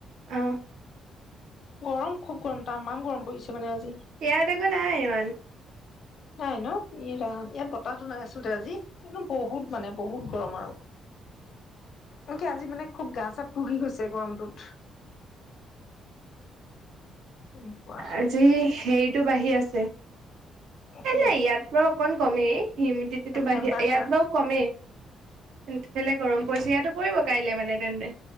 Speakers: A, on the right (about 80°); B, on the left (about 60°).
A: অ
B: গৰম খুব, গৰম তামাম গৰম পৰিছে। মানে আজি
A: ইয়াত আকৌ নাই ইমান।
B: নাই ন। ই ৰাম ইয়াত বতাহটো নাই আছলতে আজি। কিন্তু বহুত মানে, বহুত গৰম আৰু এনেকে আজি মানে গা চা পুৰি গৈছে গৰমটোত। এনেকুৱা
A: আজি সেই <unintelligible> বাঢ়ি আছে এ
B: কি
A: নাই ইয়াত বাৰু অকণ <unintelligible> কমেই <unintelligible> হিমিডিটিটো বাঢ়ি
B: টেম্পাৰেচাৰ
A: আছে, ইয়াত বাৰু কমেই সেফালে গৰম পৰিছে, ইয়াতো পৰিব কাইলে মানে তেন্তে